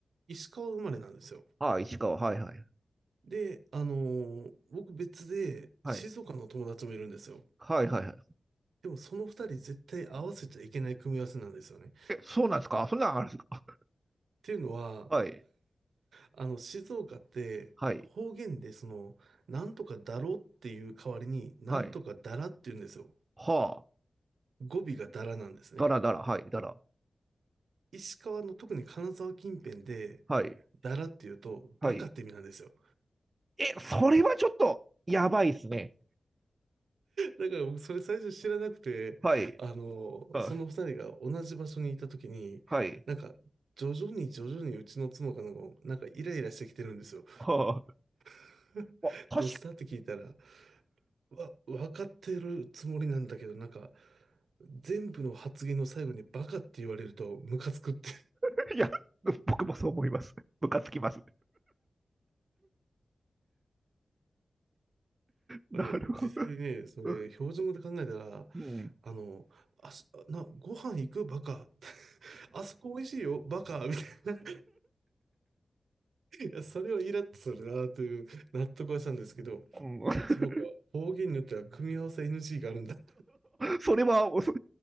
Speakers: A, on the right; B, on the right.
A: 石川生まれなんですよ。
B: ああ、石川。はいはい。
A: で、あのー僕別で静岡の友達もいるんですよ。
B: はい。はいはいはい。
A: でもその二人絶対合わせちゃいけない組み合わせなんですよね。っ
B: え、そうなんですかそんなんあるんですか <laughs>
A: ていうのは、
B: はい。
A: あの、静岡って方言でその、
B: はい。
A: なんとかだろっていう代わりに、なんとかだらって言うんですよ。
B: はい。はあ。
A: 語尾がだらなんですね。
B: だらだら。はい。だら。
A: 石川の特に金沢近辺で、
B: はい。
A: だらって言うと、
B: はい。
A: バカって意味なんですよ。
B: え、それはちょっと、やばいっすね。
A: だから僕それ最初知らなくて、
B: はい。
A: あの、
B: はあ
A: その二人が同じ場所にいた時に、
B: はい。
A: なんか、徐々に徐々にうちの妻かなんか、なんかイライラしてきてるんですよ。
B: は
A: <laughs>
B: あ。あ、確か、
A: どうしたって聞いたら、わ、分かってるつもりなんだけど、なんか、全部の発言の最後にバカって言われるとムカつくって。
B: <laughs> いや、僕もそう思います。ムカつきます。
A: <laughs>
B: なるほど。
A: まあね、実際ね、それ、
B: うん。
A: 標準語で考えたら、
B: うん
A: あの、あそ、な、ご飯行くバカ。<laughs> あそこ美味しいよ、バカみたいな。いや、それをイラッとするなという納得はしたんですけど、
B: <laughs>
A: そうか、方言によっては組み合わせ NG があるんだ。
B: それは、そ